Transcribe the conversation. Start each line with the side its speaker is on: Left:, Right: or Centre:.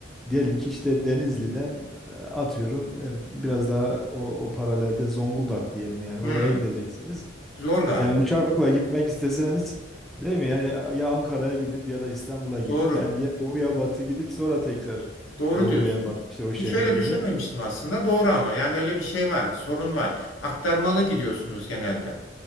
Centre: diyelim ki işte Denizli'den e, atıyorum e, biraz daha o, o paralelde Zonguldak diyelim yani
Left: hı.
Centre: oraya gideceksiniz.
Left: Zor galiba.
Centre: Yani uçakla gitmek isteseniz değil mi? Yani ya Ankara'ya gidip ya da İstanbul'a gidip
Left: Doğru.
Centre: yani ya doğu ya batı gidip sonra tekrar
Left: Doğru
Centre: doğu
Left: diyorsunuz.
Centre: veya batı işte o şehre
Left: Hiç öyle
Centre: göre.
Left: düşünmemiştim aslında. Doğru ama yani öyle bir şey var, bir sorun var. Aktarmalı gidiyorsunuz genelde.